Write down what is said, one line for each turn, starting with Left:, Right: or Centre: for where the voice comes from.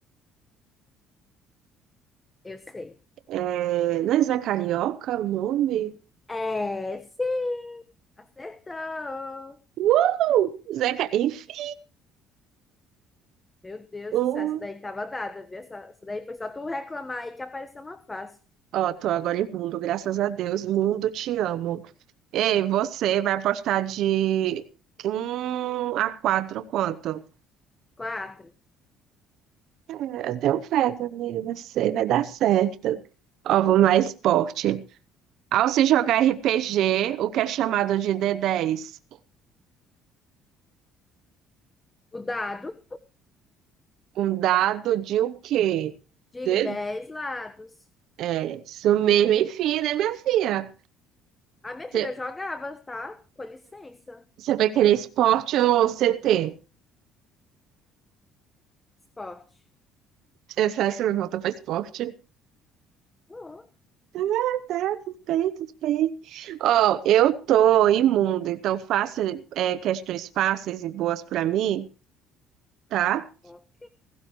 Left: Eu sei.
Right: É... Não é Zé Carioca o nome?
Left: É, sim. Acertou.
Right: Uh! Zeca, enfim.
Left: Meu Deus
Right: Um,
Left: do céu, essa daí tava dada, viu? Essa, essa daí foi só tu reclamar aí que apareceu uma fácil.
Right: Ó, tô agora em mundo, graças a Deus. Mundo, te amo. Ei, você vai apostar de um a 4 quanto?
Left: Quatro.
Right: Eu tenho fé também, você vai dar certo. Ó, vamos lá, esporte. Ao se jogar RPG, o que é chamado de d dez,
Left: O dado
Right: Um dado de o quê?
Left: de
Right: D...
Left: dez lados.
Right: É, isso mesmo, enfim, né, minha filha?
Left: Ah, minha
Right: Você
Left: filha, eu jogava, tá? Com licença.
Right: você- vai querer esporte ou CT?
Left: Esporte.
Right: Essa essa você vai voltar para esporte.
Left: Bom,
Right: Ah, tá, tudo bem, tudo bem. Ó, eu tô imunda, então faça é, questões fáceis e boas pra mim, tá?
Left: ok.